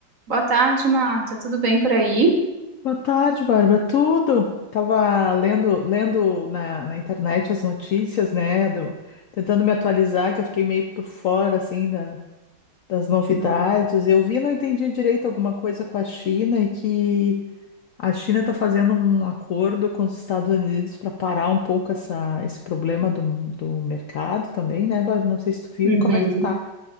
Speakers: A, on the right; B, on the left.
A: Boa tarde, Marta. Tudo bem por aí?
B: Boa tarde, Bárbara. Tudo? Tava lendo, lendo na, na internet as notícias, né? do- tentando me atualizar, que eu fiquei meio por fora, assim, da- das novidades.
A: Tudo.
B: Eu vi, não entendi direito alguma coisa com a China e que a China está fazendo um acordo com os Estados Unidos para parar um pouco essa, esse problema do, do mercado também, né, Bárbara? Não sei se tu viu.
A: Uhum.
B: Como é que tu tá?